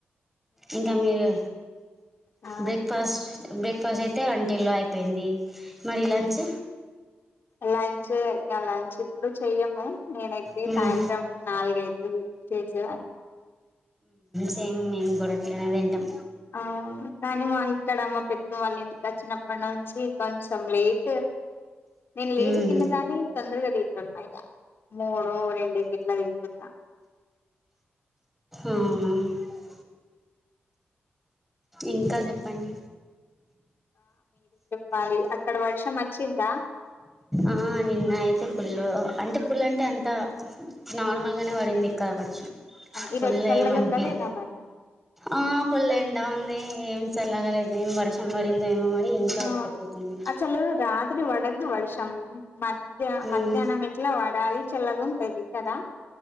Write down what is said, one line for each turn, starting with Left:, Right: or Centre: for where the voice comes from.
Centre: ఇంకా మీరు
Left: ఆ
Centre: బ్రేక్ఫాస్ట్ బ్రేక్ఫాస్ట్ అయితే వంటిల్లో అయిపోయింది మరి లంచ్
Left: లంచ్ గా లంచ్ ఇప్పుడు చెయ్యము నేనైతే
Centre: హ్మ్
Left: సాయంత్రం నాలుగైతుంది చేసేదానికి
Centre: సేమ్ మేము కూడా అట్లనే తింటాం
Left: ఆ కానీ మా ఇక్కడ మా పెద్దమ్ అన్నిటికీ వచ్చినప్పటి నుంచి కొంచెం లేట్ నేను
Centre: హ్మ్
Left: లేట్ తిన్నదాని! తొందరగా తింటాం బయట ఇక మూడు రెండు గీట్లా తింటున్నా
Centre: ఉమ్ ఇంకా చెప్పండి!
Left: బరి అక్కడ వర్షం వచ్చిందా!
Centre: ఆ నిన్న అయితే ఫుల్ అంటే ఫుల్ అంటే అంత నార్మల్గానే పడింది ఇక్కడ వర్షం
Left: ఈ
Centre: ఫుల్
Left: రోజు చల్లగా
Centre: ఏమనిపిదు
Left: ఉందా లేదా మరి
Centre: ఆ ఫుల్ ఎండా ఉంది ఏం చల్లగాలేదు ఏం వర్షం పడిందో ఏమో మరి ఇంకా
Left: ఆ
Centre: ఉడకపోతుంది
Left: అసలు రాత్రి వడ. ముందు వర్షం మ
Centre: ఉమ్
Left: మధ్యాహ్నం ఎట్లా వాడాలి చల్లగా ఉంటది కదా!